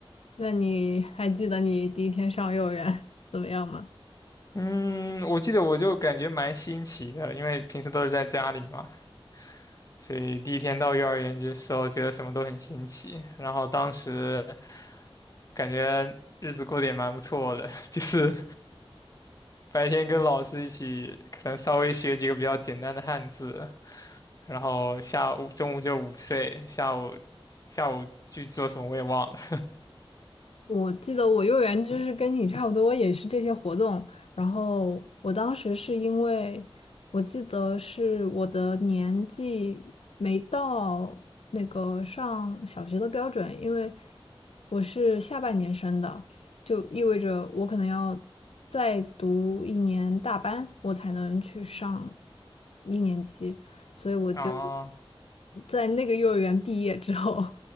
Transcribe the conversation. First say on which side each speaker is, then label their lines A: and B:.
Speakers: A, on the left; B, on the left.
A: 那你还记得你第一天上幼儿园 <laughs> 怎么样吗？
B: 嗯，我记得我就感觉蛮新奇的，因为平时都是在家里嘛，所以第一天到幼儿园的时候，觉得什么都很新奇。然后当时感觉日子过得也蛮不错的，<laughs> 就是白天跟老师一起，可能稍微学几个比较简单的汉字，然后下午中午就午睡，下午下午去做什么我也忘了。
A: 我记得我幼儿园就是跟你差不多，也是这些活动。然后我当时是因为，我记得是我的年纪没到那个上小学的标准，因为我是下半年生的，就意味着我可能要再读一年大班，我才能去上一年级。所以我就
B: <laughs> 啊
A: 在那个幼儿园毕业之后，